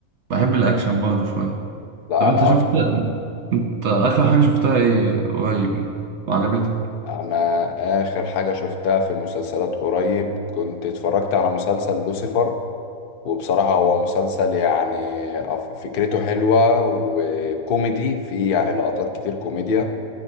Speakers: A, on the right (about 65°); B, on the left (about 75°).
A: بحب الاكشن برضه شوية
B: لا
A: طب انت
B: أنا
A: شفت
B: أكتر
A: انت اخر حاجه شفتها ايه قريب يعني وعجبتك
B: أنا آخر حاجة شفتها في المسلسلات قريب كنت اتفرجت على مسلسل لوسيفر وبصراحة هو مسلسل يعني أف- فكرته حلوة وكوميدي فيه يعني لقطات كتير كوميديا